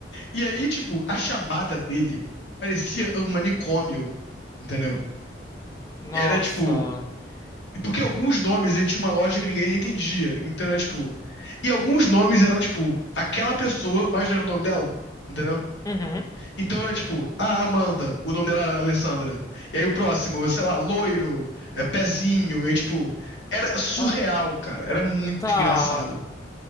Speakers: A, on the left; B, on the left.
A: E aí, tipo, a chamada dele parecia um manicômio, entendeu?
B: Nossa.
A: Era tipo. Porque alguns nomes ele tinha uma lógica que ninguém entendia. Então era tipo. E alguns nomes eram, tipo, aquela pessoa, mas não era o nome dela. Entendeu?
B: Uhum.
A: Então era tipo, ah, Amanda, o nome dela era Alessandra. E aí o próximo, sei lá, loiro, é, pezinho. E tipo, era surreal,
B: Ah,
A: cara. Era muito
B: tá.
A: engraçado.